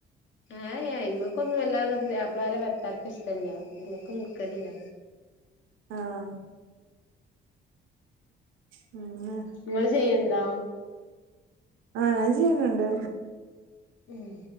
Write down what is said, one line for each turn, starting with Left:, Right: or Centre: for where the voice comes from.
Left: ആ യ്ഇ്മക്കഒന്നും വല്ലാതെ പുതയാപളാരെ പെരകാർക്ക് ഇഷ്ടല്ല അ്മൊക്കുംന്ന്മക്കലില്ല.
Right: ആഹ് പിന്നെ
Left: ഇങ്ങള് ചെയ്യ്ണ്ടോ?
Right: ആഹ് ഞാൻ ചെയ്ണിണ്ട്
Left: ഉം